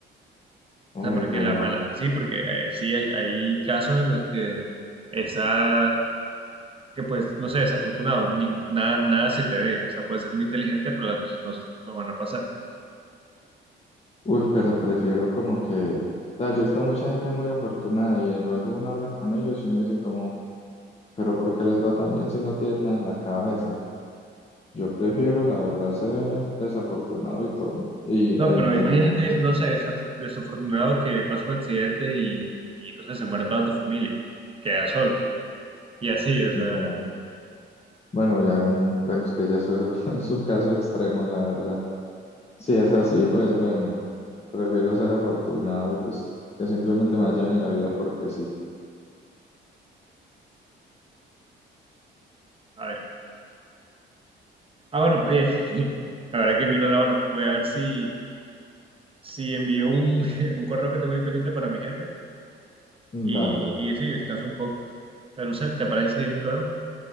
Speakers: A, on the left; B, on the right.
A: Uy,
B: O sea, porque
A: pero,
B: la mala, sí, porque eh, sí hay, hay casos en los que esa, que pues, no sé, desafortunado, ni- nada, nada se te dé. O sea, puede ser muy inteligente, pero las cosas no, no van a pasar.
A: uy, pero prefiero como que, o sea, yo he visto mucha gente muy afortunada y luego uno habla con ellos y uno dice como, pero ¿por qué les va tan bien si no tienen nada en la cabeza? Yo prefiero, la verdad, ser desafortunado y tonto y,
B: No,
A: e
B: pero
A: inteligente.
B: imagínate, no sé, desa- desafortunado que pasa un accidente y, y no sé, se muere toda tu familia, queda solo. Y así, o sea,
A: Bueno, bueno, ya un- bueno, es que ya eso es, <laughs> es un caso extremo, la verdad. Si es así, pues bueno, prefiero ser afortunado y pues que simplemente me vaya bien en la vida porque sí.
B: a ver. Ah, bueno, oye, <laughs> la verdad que miro la hora. Voy a ver si, si envío un, <laughs> un correo que tengo ahí pendiente para mi jefe y,
A: Dale,
B: y, sí, descanso un poco. Pero no sé, ¿te parece si seguimos luego?